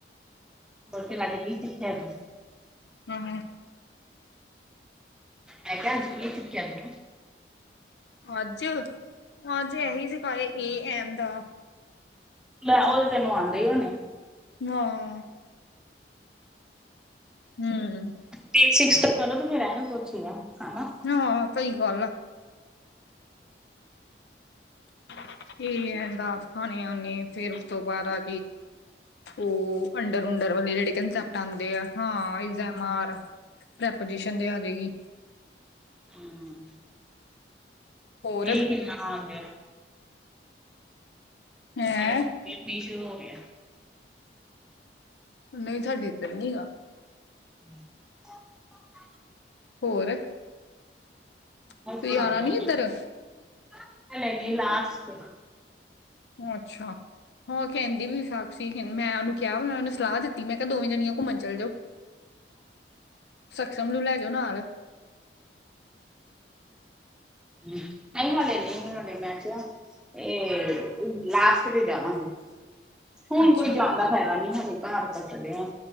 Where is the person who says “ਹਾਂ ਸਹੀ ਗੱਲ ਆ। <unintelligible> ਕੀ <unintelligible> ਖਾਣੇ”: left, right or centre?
Left